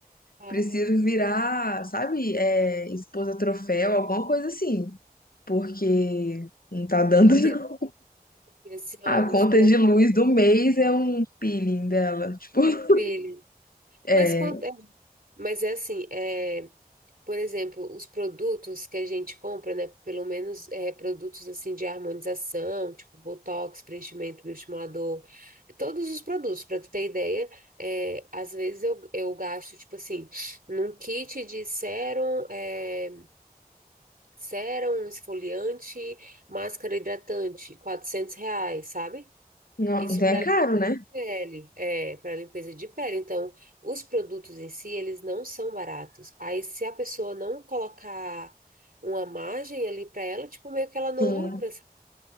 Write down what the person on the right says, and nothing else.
Ah,
pior
que, porque assim,
ó,
os produtos
é um filho.
Mas, quando, é, mas é assim, é. por exemplo, os produtos que a gente compra, né? Pelo menos é, produtos assim de harmonização, tipo botox, preenchimento, bioestimulador, todos os produtos, para tu ter ideia, é, às vezes eu, eu gasto, tipo assim, num kit de sérum, é, sérum, esfoliante, máscara hidratante, 400 reais, sabe?
Isso
para
Pele, é, para limpeza de pele. Então, os produtos em si, eles não são baratos. Aí, se a pessoa não colocar uma margem ali para ela, tipo, meio que ela não
lucra, sabe?